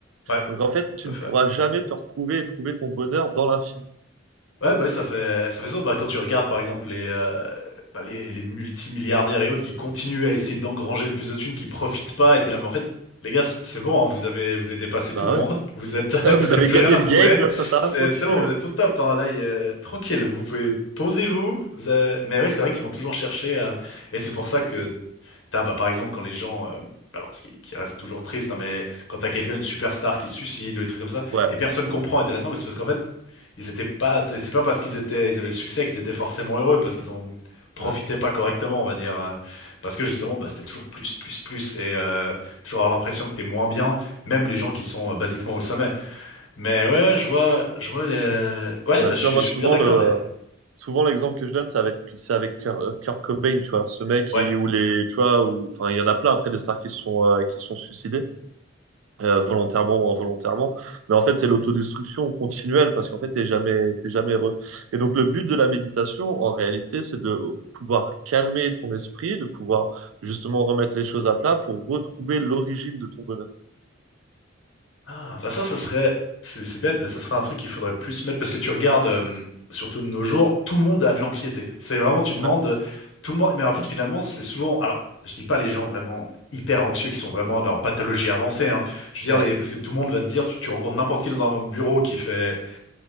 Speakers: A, on the left (about 75°); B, on the right (about 85°).
A: Ouais,
B: Donc en fait, tu
A: tout à
B: ne
A: fait.
B: pourras jamais te retrouver et trouver ton bonheur dans l'infini.
A: Ouais, bah, ouais, ça fait, ça fait ça. Bah, quand tu regardes, par exemple, les, euh, bah, les, les multimilliardaires et autres qui continuent à essayer d'engranger le plus de thunes, qui profitent pas, et t'es là, mais en fait, les gars, c- c'est bon, hein, vous avez, vous avez dépassé
B: Bah
A: tout le monde.
B: ouais.
A: Vous êtes, <laughs>
B: <laughs> Vous
A: vous
B: avez
A: avez plus
B: gagné
A: rien à
B: le
A: prouver.
B: game, ça sert
A: C'est,
B: à rien de continuer.
A: c'est bon, vous êtes au top, hein. Là, il y a- tranquille. Vous pouvez, posez-vous. Vous avez- Mais ouais, c'est vrai qu'ils vont toujours chercher, à- et c'est pour ça que t'as, bah, par exemple, quand les gens, euh, alors, ce qui, qui reste toujours triste, hein, mais quand t'as quelqu'un, une superstar qui se suicide ou des trucs comme ça,
B: Ouais.
A: et personne comprend, et t'es là, non, mais c'est parce qu'en fait, ils étaient pas, c'est pas parce qu'ils étaient, ils avaient le succès qu'ils étaient forcément heureux, parce qu'ils en profitaient
B: Ouais.
A: pas correctement, on va dire, euh, parce que justement, bah, c'était toujours plus, plus, plus, et euh, toujours avoir l'impression que t'es moins bien, même les gens qui sont euh, basiquement au sommet. Mais ouais, je vois, je vois les, ouais,
B: Bah,
A: bah,
B: tu
A: je suis,
B: vois, moi,
A: je suis
B: souvent,
A: bien d'accord
B: le,
A: d'ailleurs.
B: souvent, l'exemple que je donne, c'est avec, c'est avec Kurt euh, Kurt Cobain, tu vois. Ce mec, qui-
A: Ouais,
B: où les, tu vois, où, enfin, il y en a plein après des stars qui se sont, euh, qui se sont suicidés, euh, volontairement ou involontairement. Mais en fait, c'est l'autodestruction continuelle parce qu'en fait, t'es jamais, t'es jamais heureux. Et donc, le but de la méditation, en réalité, c'est de pouvoir calmer ton esprit, de pouvoir justement remettre les choses à plat pour retrouver l'origine de ton bonheur.
A: Ah, bah ça, ça serait, c'est c'est bête, mais ça serait un truc qu'il faudrait plus mettre parce que tu regardes, euh, surtout de nos jours, tout le monde a de l'anxiété. C'est vraiment, tu demandes,
B: Ouais,
A: euh, tout le monde, mais en fait, finalement, c'est souvent, alors, je dis pas les gens vraiment hyper anxieux qui sont vraiment en pathologie avancée, hein. Je veux dire,
B: ouais,
A: les, parce que tout le monde va te dire, tu, tu rencontres n'importe qui dans un bureau qui fait,